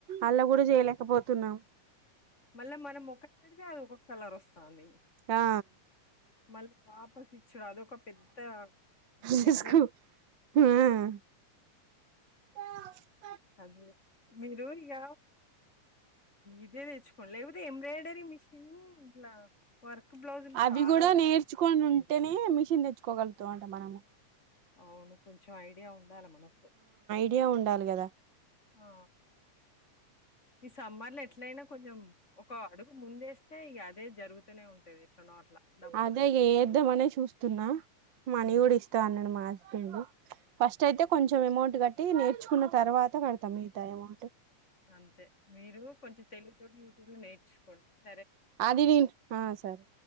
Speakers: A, on the right; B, on the left.
A: అల్లా కూడా జయలేకపోతు త్తన్నా
B: మళ్ళా మనం ఒక్క పెడితే అదు ఒక కలర్ వస్తుంది
A: ఆ
B: మళ్ళీ వాపస్ ఇచ్చడు అదొక పెద్ద
A: చూసుకో
B: హెడేక్
A: ఆ <inaudible>
B: అదే మీరు ఇగ ఇదే తెచ్చుకోండి లేకపోతే ఎంబ్రాయిడరీ మిషన్ ఇట్లా వర్క్ బ్లౌజులు
A: అవి
B: చాలా
A: కూడా నేర్చుకొని ఉంటేనే మిషన్ తెచ్చుకోగల అంట మనము
B: అవును కొంచెం ఐడియా ఉ డాల మనకు
A: ఐ డియా ఉండాలి కదా
B: ఆ ఈ సమ్మర్ లో ఎట్లయినా కొంచెం ఒక అడుగు ముందేస్తే ఇగా అదే జరుగుతూనే ఉంటది ఎట్లనో అట్లా డబ్బులైనా.
A: అదే ఏద్దామనే చూస్తున్నా మనీ
B: హ్మ్.
A: కూడా ఇస్తా అన్నాడు మా హాస్ <unintelligible> ఫస్ట్
B: హ్మ్.
A: అయితే కొంచెం అమౌంట్ కట్ అంటే నేర్చుకున్న తర్వాత కడతాం <unintelligible>
B: అంతే మీరు కొంచెం తెలివితోటి యూట్యూబ్ లో నేర్ ర్చ్ కోని
A: అది తింట్ ఆ సరే